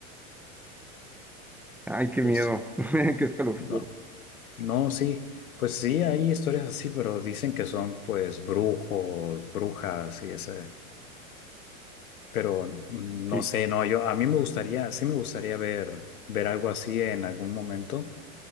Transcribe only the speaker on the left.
Es,
no, No, sí, pues sí, hay historias así, pero dicen que son pues brujos, brujas y ese, pero mm, no
sé, no, yo a mí me gustaría, sí me gustaría ver ver algo así en algún momento,